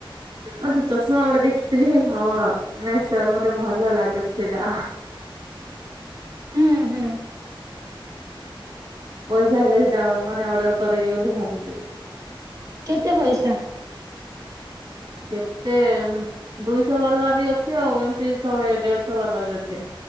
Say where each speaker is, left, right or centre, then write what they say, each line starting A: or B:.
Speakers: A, on the right; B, on the right.
A: ଅ, ତୋ ତୁ ଚଷମା ଗୋଟେ ଦେଖିଥିଲି ହେଲେ ହଁ ମେସୋ ର ମତେ ଭଲ ଲାଗୁଥିଲା।
B: ହୁଁ ହୁଁ।
A: ପଇସା ହେଲେ ସେଟା ମାନେ ଅର୍ଡର କରିବି ବୋଲି ଭାବୁଚି।
B: କେତେ ପଇସା?
A: କେତେ ଦୁଇଶ ବାଲା ବି ଅଛି ଆଉ ଏମତି ଶହେ ଦେଢଶ ବାଲା ବି ଅଛି।